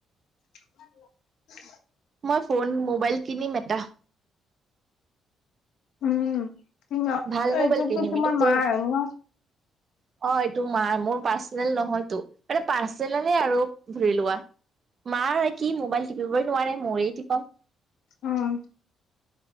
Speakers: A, on the left; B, on the right.
A: <unintelligible>
B: মই ফোন মোবাইল কিনিম এটা।
A: উম কি
B: ভাল
A: এইটো
B: মোবাইল কিনিম
A: কি তোমাৰ
B: এইটোতো
A: ম ন
B: অ এইটো মা মোৰ পাৰ্চনেল নহয়তো মানে পাৰ্চনেলে আৰু ধুৰি লোৱা মাৰ কি মোবাইল শিকিবই নোৱাৰে মৱেই টিপো
A: উম